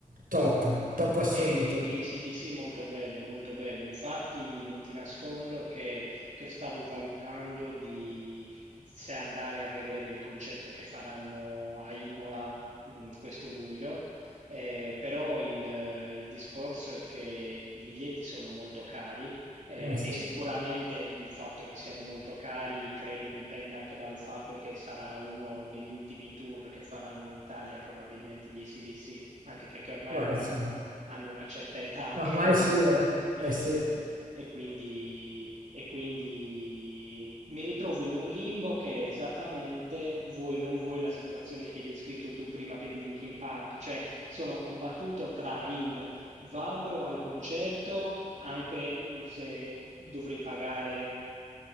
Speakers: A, on the right; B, on the right.
A: top, top assoluto.
B: E ACDC molto bello, molto bello. Infatti non ti nascondo che, che stavo valutando di, di se andare a vedere il concerto che faranno a Imola, mh, questo luglio, Eh, però il, il discorso è che i biglietti sono molto cari eh,
A: Eh sì,
B: e sicuramente il fatto che siano molto cari credo dipenda anche dal fatto che sarà uno degli ultimi tour che faranno in Italia, probabilmente gli AC/DC, anche perché ormai
A: può essere.
B: hanno hanno una certa età anche
A: Ormai
B: loro.
A: sì, eh.
B: Eh,
A: Eh sì.
B: E quindi, e quindi mi ritrovo in un limbo che è esattamente, vuoi o non vuoi, la situazione che hai descritto tu prima per il Linkin Park, cioè sono combattuto tra il vado al concerto anche eh, se dovrei pagare